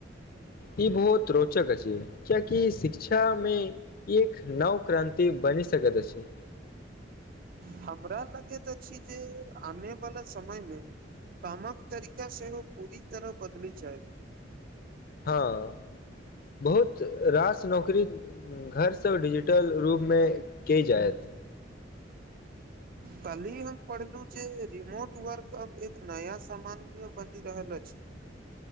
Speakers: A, on the left; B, on the right.
A: ई बहुत रोचक अछि कियेकी शिक्षामे ई एक नव क्रान्ति बनि सकत अछि।
B: हमरा लगैत अछि जेँ आने वाला समयमे कामक तरीका सेहो पूरी तरह बदली जायत
A: हाँ बहुत रास नौकरी घर सँ डिजिटल रूपमे केयल जायत
B: काल्हि हम पढ़लूँ जे रिमोट वर्क अब एक नया सामानिय बनि रहल अछि